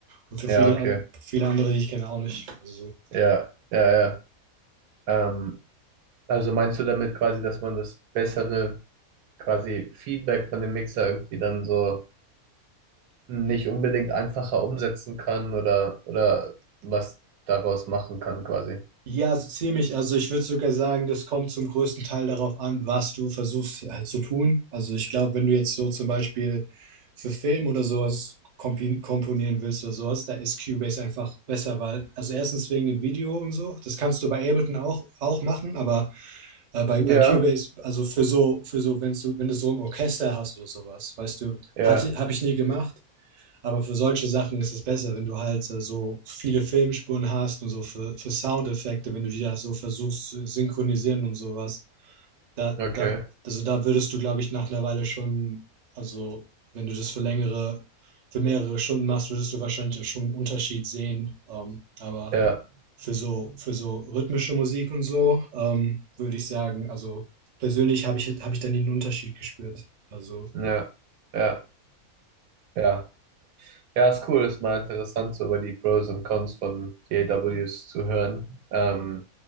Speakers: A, on the right; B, on the right.
A: Und für
B: ja,
A: viele,
B: okay,
A: an- viele andere, die ich kenne, auch nicht. Also, so.
B: ja, ja, ja. Ähm, also meinst du damit quasi, dass man das bessere quasi Feedback von dem Mixer irgendwie dann so nicht unbedingt einfacher umsetzen kann oder oder was daraus machen kann quasi?
A: ja, so ziemlich. Also ich würde sogar sagen, das kommt zum größten Teil darauf an, was du versuchst halt zu tun. Also ich glaube, wenn du jetzt so zum Beispiel für Film oder sowas kompi- komponieren willst oder sowas, da ist Cubase einfach besser, weil, also erstens wegen dem Video und so, das kannst du bei Ableton auch, auch machen, aber äh, bei,
B: Ja,
A: bei Cubase, also für so, für so, wenn du, wenn du so ein Orchester hast oder sowas, weißt du,
B: ja,
A: hatte, habe ich nie gemacht, Aber für solche Sachen ist es besser, wenn du halt äh, so viele Filmspuren hast und so für, für Soundeffekte, wenn du die da so versuchst zu synchronisieren und sowas. Da,
B: okay,
A: da, also da würdest du, glaube ich, nach einer Weile schon, also wenn du das für längere, für mehrere Stunden machst, würdest du wahrscheinlich ja schon einen Unterschied sehen. Ähm, aber
B: ja,
A: für so, für so rhythmische Musik und so, ähm, würde ich sagen, also persönlich habe ich, habe ich da nie einen Unterschied gespürt. Also
B: ja, ja, ja. Ja, ist cool, ist mal interessant, so über die Pros und Cons von DAWs zu hören. Ähm,